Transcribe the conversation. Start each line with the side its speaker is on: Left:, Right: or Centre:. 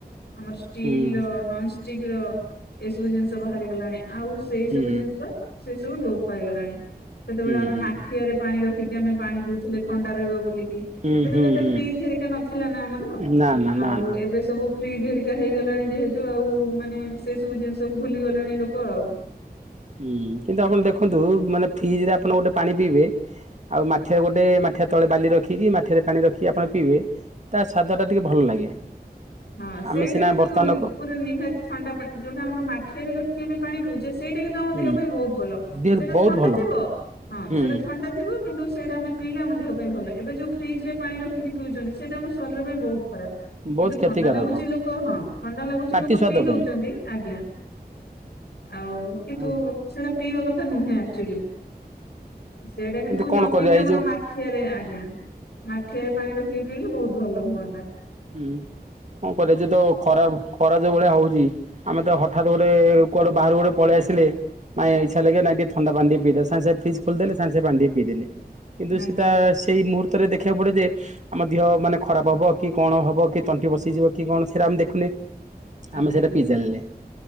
Left: ଆମର ଷ୍ଟିଲ୍
Right: ହୁଁ
Left: ର ନନଷ୍ଟିକ ର ଏଇ ସବୁ ଜିନିଷ ବାହାରି ଗଲାଣି, ଆଉ ସେଇ
Right: ହୁଁ
Left: ସବୁ ଜିନିଷ ସେ ସବୁ ଲୋପ ପାଇଗଲାଣି। ସେତେବେଳେ
Right: ହୁଁ
Left: ଆମେ
Right: ହୁଁ ହୁଁ ହୁଁ
Left: ମାଠିଆରେ ପାଣି ରଖିକି ଆମେ ପାଣି ପିଉଥିଲେ ଥଣ୍ଡା ରହିବ ବୋଲିକି।
Right: ହୁଁ
Left: ସେତେବେଳେ
Right: ହୁଁ
Left: ଏତେ
Right: ହୁଁ
Left: ଫ୍ରିଜ ହେରିକା ନଥିଲା ନା ଆମର,
Right: ନା ନା ନା
Left: ଆଉ
Right: ନା
Left: ଏବେ ସବୁ ଫ୍ରୀଜ ହେରିକା ହେଇଗଲାଣି ଯେହେତୁ ଆଉ ମାନେ ସେ ସବୁ ଜିନିଷକୁ ଭୁଲି ଗଲେଣି ଲୋକ ଆଉ।
Right: ହୁଁ ହୁଁ କିନ୍ତୁ ଆପଣ ଦେଖନ୍ତୁ, ମାନେ ଫ୍ରିଜ ରେ ଆପଣ ଗୋଟେ ପାଣି ପିଇବେ ଆଉ ମାଠିଆ ଗୋଟେ, ମାଠିଆ ତଳେ ବାଲି ରଖିକି ମାଠିଆରେ ପାଣି ରଖିକି ଆପଣ ପିଇବେ। ତା ସ୍ୱାଦ ଟା ଟିକେ ଭଲ ଲାଗେ।
Left: ହଁ ସେଇଟା
Right: ଆମେ ସିନା
Left: କିନ୍ତୁ
Right: ବର୍ତ୍ତମାନ
Left: ନୁ
Right: ଲୋକ
Left: ପୁରା ନିହାତି ଥଣ୍ଡା ପାଣି, ଯୋଉଟା ଆମର ମାଠିଆରେ ରଖିକି ଆମେ ପାଣି ପିଉଛେ। ସେଇଟା କିନ୍ତୁ ଆମ
Right: ହୁଁ
Left: ଦେହ ପାଇଁ ବହୁତ ଭଲ,
Right: ଦେ
Left: ସେଇଟା
Right: ବହୁତ
Left: ଥଣ୍ଡା
Right: ଭଲ।
Left: ଥିବ ହଁ
Right: ହୁଁ
Left: ସେଇଟା ଥଣ୍ଡା ଥିବ। କିନ୍ତୁ ସେଇଟା ଆମେ ପିଇଲେ ଆମ ଦେହ ପାଇଁ ଭଲ, ଏବେ ଯୋଉ ଫ୍ରିଜ ରେ ପାଣି ରଖିକି ପିଉଛନ୍ତି ସେଇଟା ଆମ ସ ଶରୀର ପାଇଁ ବୋହୁତ ଫରକ୍।
Right: ବହୁତ
Left: କିନ୍ତୁ
Right: କ୍ଷତିକାରକ
Left: ଥଣ୍ଡା ଲାଗୁଚି ଲୋକ ହଁ ଥଣ୍ଡା ଲାଗୁଚି
Right: ପାଟି
Left: ଲୋକ
Right: ସ୍ୱାଦ
Left: ପିଇଦୋଉଚନ୍ତି
Right: ପାଇଁ।
Left: ଆଜ୍ଞା ଆଉ କିନ୍ତୁ
Right: ଆଉ
Left: ସେଟା ପିଇବା କଥା ନୁହେଁ ଆକ୍ଚୁଲି। ସେଇଟା କିନ୍ତୁ
Right: କଣ
Left: ନ
Right: କରିବା
Left: ପିଇକି ଆମର
Right: ଏଇ ଯୋଉ
Left: ମାଠିଆରେ, ଆଜ୍ଞା ମାଠିଆରେ ପାଣି ରଖି ହେଲେ ବୋହୁତ୍ ଭଲ ହୁଅନ୍ତା।
Right: ହୁଁ କଣ କରିବା ଯେ ତ ଖରାପ। ଖରା ଯୋଉ ଭଳିଆ ହୋଉଛି, ଆମେ ତ ହଠାତ୍ ଗୋଟେ କୁଆଡୁ ବାହାରୁ ଗୋଟେ ପଳେଇ ଆସିଲେ। ନାଇଁ ଇଚ୍ଛା ଲାଗିବ ନାଇଁ ଟିକେ ଥଣ୍ଡା ପାଣି ଟିକେ ପିଇ ଦିଏ, ସାଙ୍ଗେ ସାଙ୍ଗେ ଫ୍ରିଜ ଖୋଲିଦେଲେ ସାଙ୍ଗେ ପାଣି ଟିକେ ପିଇଦେଲି। କିନ୍ତୁ
Left: ଆଜ୍ଞା
Right: ସେତା ସେଇ ମୁହୂର୍ତ୍ତରେ ଦେଖିଆକୁ ପଡିବ ଯେ, ଆମ ଦିହ ମାନେ ଖରାପ ହବ କି କଣ ହବ କି ତଣ୍ଟି ବସିଯିବ କି କଣ ସେରା ଆମେ ଦେଖୁନେ,
Left: ଆଜ୍ଞା
Right: ଆମେ ସେଇଟା ପିଇ ଚାଲିଲେ।